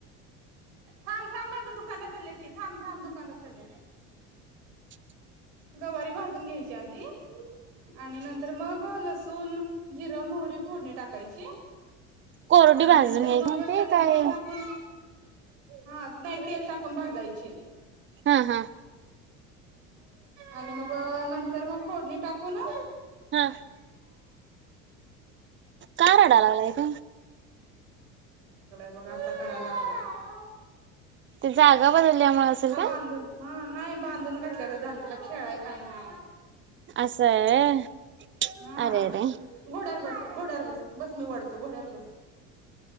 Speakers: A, on the right; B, on the right.
A: थांब थांबझ दुकानात चाल ती थांब थांब दुकानात चालली
B: रीकाम आहे
A: गवारी भाजून घ्यायच्या आधी आणि नंतर मग लसण <unintelligible> जिरां मोहरी फोडणी टाकायची
B: कोरडी
A: आणि
B: भाजून
A: नंतर
B: घ्यायची
A: मग
B: ते
A: चटणी
B: काय
A: तेल टाकून हा नाही तेल टाकून भाजायचे
B: हम् हम
A: आणि मग नंतर मग फोडणी टाकू ना
B: हा काय रडाय लागलाय का
A: बघ असं करायला लागला
B: ते जागा बदलल्यामुळे असेल का
A: बांधून हा नाही बांधून घातल्या ग झाली तिला खेळाय काही नाही.
B: असं आहे व्हय.
A: हा
B: अरे अरे
A: घोडार बस घोड बस मी वढतो घोड्यावर बस